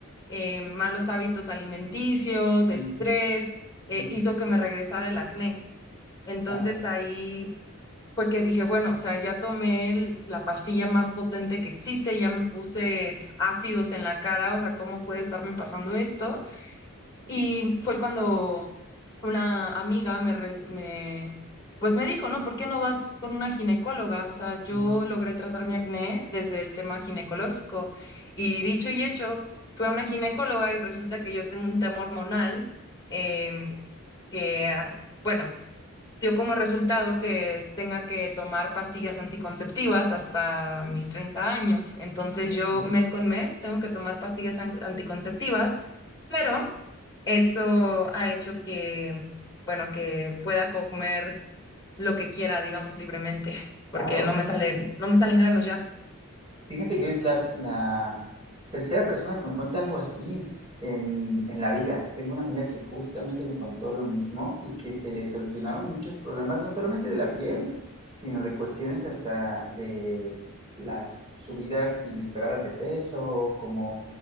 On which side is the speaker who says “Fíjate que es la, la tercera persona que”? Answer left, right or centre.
Right